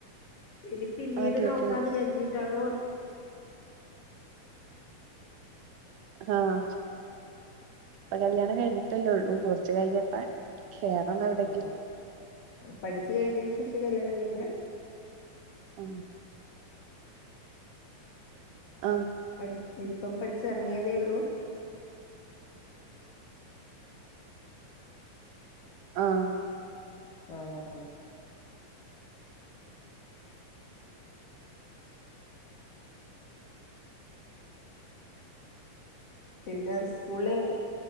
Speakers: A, on the left; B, on the right.
A: ഇനി പിന്നീട്
B: ആഹ് കേക്കണ്
A: നോക്കാന്ന് കരുതിീട്ടാണോ
B: ആഹ ഇപ്പൊ കല്യാണം കഴിഞ്ഞിട്ടല്ലേള്ളൂ കുറച്ച് കൈകേട്ടാൻ കറണം എവിടെങ്കിലും
A: ആഹ് പഠിച്ചു കഴിഞ്ഞ ശശ കല്യാണം കഴി
B: ഓ ആ
A: പഠ ഇപ്പം പഠിച്ച ഇറങ്ങിയതേ ഉള്ളൂ
B: ആഹ
A: ആഹ പിന്നെ സ്കൂള്